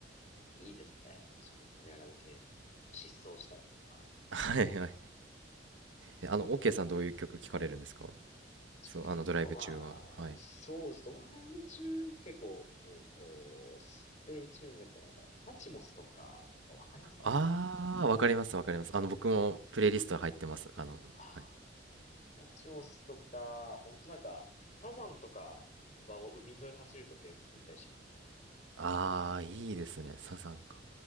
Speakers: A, on the left; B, on the right.
A: いいですね。そういう盛り上がる系の、疾走したりとか。
B: はいはいえあの OK さんどういう曲聴かれるんですか
A: 自分結構まあ、
B: そうあのドライブ中ははい
A: そうです。ドライブ中、結構、うんと、ステイチューンだから、サチモスとか、わかりますかね
B: ああーわかりますわかりますあの僕もプレイリスト入ってますあの、
A: あ
B: はい、
A: ラチモスとか、ほんとなんか、サザンとかはもう海沿い走るときよく聞いたりしますね。
B: ああいいですねサザンか